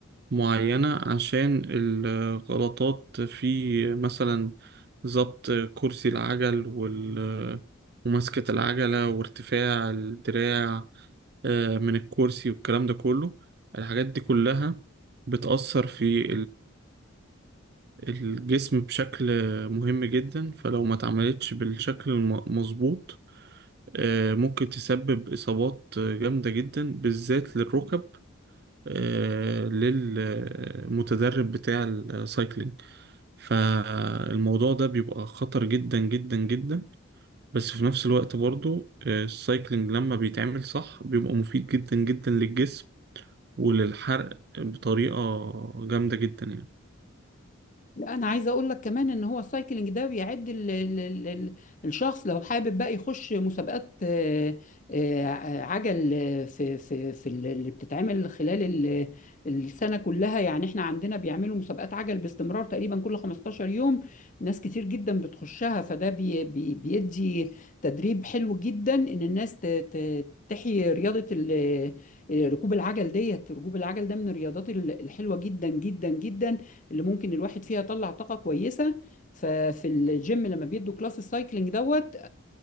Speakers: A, on the right (about 50°); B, on the left (about 35°).
A: معينة عشان الغلطات في مثلا ضبط كرسي العجل وال آه، ومسكة العجلة وارتفاع الدراع آه، من الكرسي والكلام ده كله الحاجات دي كلها بتأثر في الجسم بشكل مهم جدا فلو ما اتعملتش بالشكل المظبوط آه، ممكن تسبب إصابات جامدة جدا بالذات للركب آه، للمتدرب بتاع السايكلينج فالموضوع ده بيبقى خطر جدا جدا جدا بس في نفس الوقت برضو آه، السايكلينج لما بيتعمل صح بيبقى مفيد جدا جدا للجسم وللحرق بطريقة جامدة جدا يعني
B: لا انا عايزه اقول لك كمان ان هو السايكلينج ده بيعد ال ال ال ال- الشخص لو حابب بقى يخش مسابقات آه، آه، عجل آه، في في في ال- اللي بتتعمل خلال ال- السنه كلها يعني احنا عندنا بيعملوا مسابقات عجل باستمرار تقريبا كل 15 يوم ناس كتير جدا بتخشها فده بي بي بيدي تدريب حلو جدا ان الناس ت- ت- تحيي رياضه ال- آه، ركوب العجل ديت ركوب العجل ده من الرياضات ال- الحلوه جدا جدا جدا اللي ممكن الواحد فيها يطلع طاقة كويسة ففي الجيم لما بيدوا كلاس السايكلينج دوت آه،